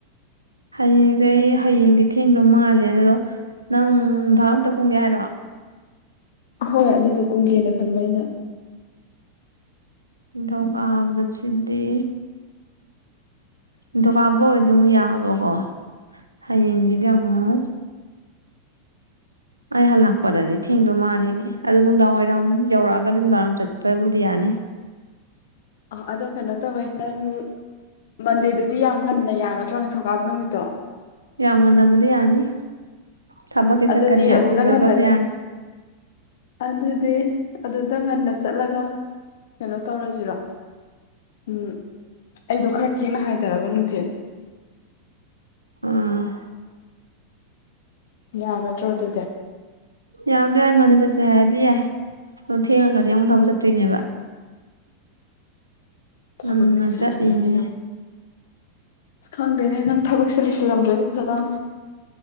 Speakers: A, on the right; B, on the left.
A: ꯍꯌꯦꯡꯁꯦ ꯍꯌꯦꯡꯗꯤ ꯊꯦꯡꯗꯣ ꯃꯥꯜꯂꯦ ꯑꯗꯣ ꯅꯪ ꯅꯨꯡꯙꯥ ꯑꯝꯇ ꯀꯨꯝꯒꯦ ꯍꯥꯏꯔꯣ
B: ꯍꯣꯏ ꯑꯗꯨꯗ ꯀꯨꯝꯒꯦꯅ ꯈꯟꯕ ꯑꯩꯅ
A: ꯅꯤꯡꯊꯧ ꯀꯥꯕꯁꯤꯗꯤ ꯅꯤꯡꯊꯧꯀꯥꯕ ꯑꯣꯏꯔꯗꯤ ꯑꯃꯨꯛ ꯌꯥꯕꯀꯣ ꯍꯌꯦꯡꯖꯤꯗꯤ ꯑꯃꯨꯛ ꯑꯩ ꯍꯜꯂꯛꯄꯗꯗꯤ ꯊꯦꯡꯗꯧ ꯃꯥꯜꯂꯤꯅꯦ ꯑꯗꯣ ꯅꯨꯡꯗꯥꯡ ꯋꯥꯏꯔꯝ ꯌꯧꯔꯛꯑꯒꯗꯤ ꯅꯨꯡꯗꯥꯡ ꯋꯥꯏꯔꯝ ꯆꯠꯄꯕꯨꯗꯤ ꯌꯥꯅꯤ
B: ꯑ ꯑꯗꯣ ꯀꯩꯅꯣ ꯇꯧꯋꯦ ꯅꯪ ꯃꯟꯗꯦꯗꯨꯗꯤ ꯌꯥꯝ ꯉꯟꯅ ꯌꯥꯒꯗ꯭ꯔꯣ ꯅꯤꯡꯊꯧꯀꯥꯕ ꯅꯨꯃꯤꯠꯇꯣ
A: ꯌꯥꯝ ꯉꯟꯅꯕꯨꯗꯤ ꯌꯥꯅꯤ ꯊꯕꯛꯇꯤ
B: ꯑꯗꯨꯗꯤ
A: ꯆꯠꯀꯅꯤ ꯌꯥꯝ
B: ꯑꯗꯨꯗ
A: ꯉꯜꯂꯒꯕꯨꯗꯤ
B: ꯉꯟꯅ
A: ꯌꯥꯅꯤ
B: ꯑꯗꯨꯗꯤ ꯑꯗꯨꯗ ꯉꯟꯅ ꯆꯠꯂꯒ ꯀꯩꯅꯣ ꯇꯧꯔꯖꯤꯔꯣ ꯎꯝ ꯑꯩꯗꯣ ꯈꯔ ꯊꯦꯡꯅ ꯍꯥꯏꯗꯔꯕ ꯅꯨꯡꯊꯤꯜ
A: ꯎꯝ
B: ꯌꯥꯒꯗ꯭ꯔꯣ ꯑꯗꯨꯗꯤ
A: ꯌꯥꯕꯗꯤ ꯌꯥꯏ ꯉꯟꯅ ꯆꯠꯁꯦ ꯍꯥꯏꯔꯗꯤ ꯌꯥꯏ ꯑꯗꯨ ꯊꯦꯡꯉꯒꯗꯤ ꯑꯃꯨꯛ ꯊꯕꯛ ꯆꯠꯇꯣꯏꯅꯦꯕ
B: ꯊꯕꯛꯇꯤ
A: ꯉꯟꯅ
B: ꯆꯠꯅꯗꯣꯏꯅꯤꯅ
A: ꯆꯠꯂꯤꯅꯦ
B: ꯑꯁ ꯈꯪꯗꯦꯅꯦ ꯅꯪ ꯊꯕꯛꯁꯦ ꯂꯩꯁꯤꯜꯂꯝꯗ꯭ꯔꯗꯤ ꯐꯗꯧꯅꯦ